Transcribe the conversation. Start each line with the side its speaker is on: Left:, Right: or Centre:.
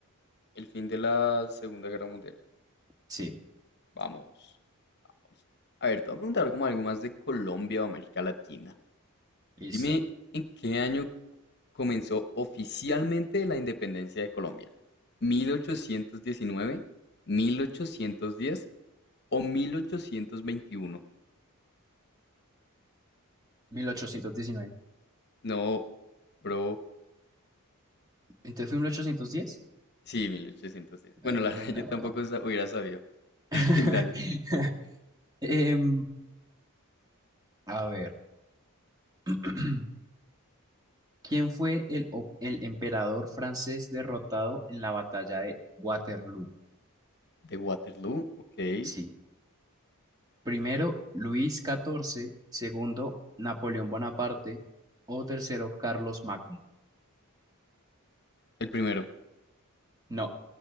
Left: El fin de la Segunda Guerra Mundial.
Right: Sí,
Left: Vamos, vamos. A ver, te voy a preguntar como algo más de Colombia o América Latina.
Right: listo.
Left: Dime, ¿en qué año comenzó oficialmente la independencia de Colombia? ¿1819, 1810 o 1821?
Right: mil ochocientos diecinueve
Left: No, bro.
Right: Entonces fue mil ochocientos diez
Left: Sí, 1810. Bueno,
Right: Ay,
Left: la <laughs> verdad
Right: no.
Left: yo tampoco sa- hubiera sabido. <laughs>
Right: <laughs>
Left: Dale.
Right: Em, a ver. <clears throat> ¿Quién fue el, o- el emperador francés derrotado en la batalla de Waterloo?
Left: ¿De Waterloo? Ok. El
Right: Sí. Primero, Luis XIV. Segundo, Napoleón Bonaparte. O tercero, Carlos Magno.
Left: primero.
Right: No,